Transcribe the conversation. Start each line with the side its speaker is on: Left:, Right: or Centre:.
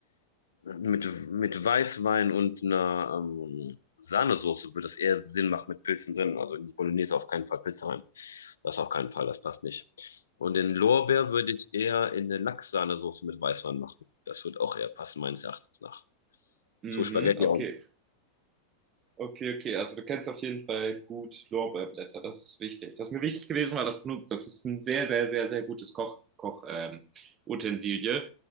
Left: mit, mit Weißwein und einer ähm, Sahnesoße würde es eher Sinn machen mit Pilzen drin. Also in die Bolognese auf keinen Fall Pilze rein. Das auf keinen Fall, das passt nicht. Und den Lorbeer würde ich eher in eine Lachssahnesoße mit Weißwein machen. Das wird auch eher passen, meines Erachtens nach.
Right: Mhm,
Left: So Spaghetti
Right: okay.
Left: auch.
Right: Okay, okay, also du kennst auf jeden Fall gut Lorbeerblätter, das ist wichtig. Das ist mir wichtig gewesen, weil das benutzt, das ist ein sehr, sehr, sehr, sehr gutes Koch, Koch, ähm, Utensilie.